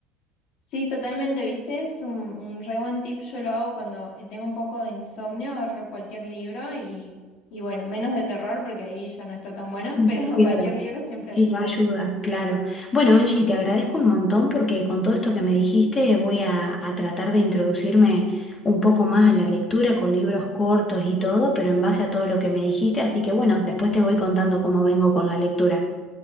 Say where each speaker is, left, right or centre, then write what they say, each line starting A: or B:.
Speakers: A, on the left; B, on the left.
A: Sí, totalmente, ¿viste? Es un, un re buen tip. Yo lo hago cuando eh, tengo un poco de insomnio, agarro cualquier libro y, y bueno, menos de terror porque ahí ya no está tan bueno,
B: Mm,
A: pero
B: Claro.
A: <laughs> cualquier libro siempre
B: Sí,
A: ayuda.
B: te ayuda, claro. Bueno, Angie, te agradezco un montón porque con todo esto que me dijiste voy a, a tratar de introducirme un poco más a la lectura con libros cortos y todo, pero en base a todo lo que me dijiste, así que bueno, después te voy contando cómo vengo con la lectura.